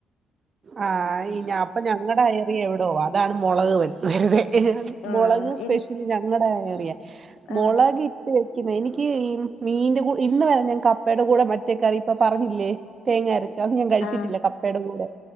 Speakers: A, on the right; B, on the left.
A: ആഹ് ഞ അപ്പൊ ഞങ്ങടെ എറിയ എവിടോ അതാണ് മുളക് <unintelligible> മുളക്
B: ആഹ്
A: സ്പെഷ്യല്
B: എനി
A: ഞങ്ങടെ ഏറിയ
B: ആഹ്
A: മൊളകിട്ട് എനിക്ക് ഈ മീന്റെ കൂ ഇന്ന് വരെ ഞാൻ കപ്പേടെ കൂടെ മറ്റേ കറി ഇപ്പം പറഞ്ഞില്ലേ തേങ്ങ അരച്ച അത് ഞാൻ കഴിച്ചിട്ടില്ല
B: ആഹ്
A: കപ്പേടെ കൂടെ